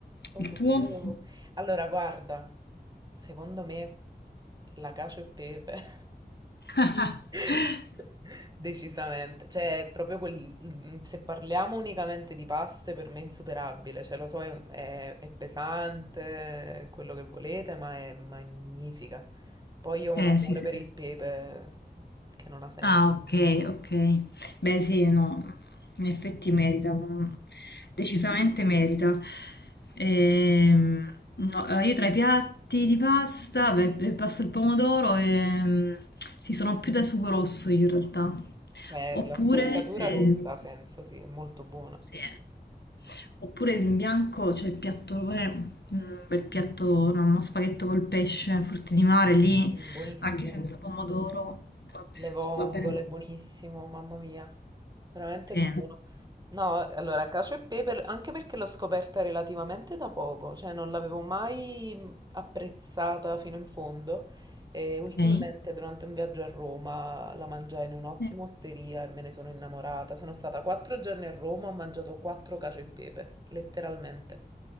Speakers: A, on the right (about 25°); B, on the left (about 75°).
A: Poi
B: Il
A: subito
B: tuo?
A: dopo. Allora, guarda, secondo me la cacio e pepe.
B: <laughs>
A: <laughs> Decisamente, cioè è proprio quel, mm, se parliamo unicamente di paste per me è insuperabile, cioè lo so è, è- è pesante, è quello che volete, ma è magnifica. Poi io ho
B: Eh,
A: un amore
B: sì, sì.
A: per il pepe che non ha senso,
B: Ah, ok, ok. Beh, sì, no, in effetti merita, com- decisamente merita. Ehm, no, allora, io tra i piatti di pasta, beh, il pasta al pomodoro, ehm, sì, sono più da sugo rosso io in realtà.
A: cioè
B: Oppure,
A: la sporcatura
B: se,
A: rossa ha senso, sì, è molto buona,
B: sì, eh. oppure in bianco c'è il piatto, eh, un bel piatto, no, uno spaghetto col pesce, frutti di mare, lì,
A: Mm, buonissimo.
B: anche senza pomodoro,
A: Le vongole,
B: va bene, va bene.
A: buonissimo, mamma mia, veramente
B: Sì.
A: buono. No, allora, cacio e pepe, anche perché l'ho scoperta relativamente da poco, cioè non l'avevo mai apprezzata fino in fondo e ultimamente
B: Okay.
A: durante un viaggio a Roma la mangiai in un'ottima
B: Eh,
A: osteria e me ne sono innamorata. Sono stata quattro giorni a Roma, ho mangiato quattro cacio e pepe, letteralmente.